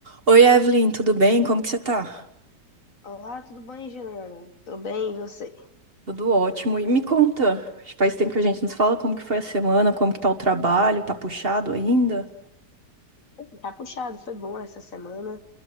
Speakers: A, on the right (about 35°); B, on the left (about 55°).
A: Oi, Evelyn, tudo bem? Como que você tá?
B: Olá, tudo bem, Juliana? Tô bem, e você?
A: Tudo ótimo. E me conta, acho que faz tempo que a gente nos fala como que foi a semana, como que tá o trabalho, tá puxado ainda?
B: Tá puxado, foi bom essa semana.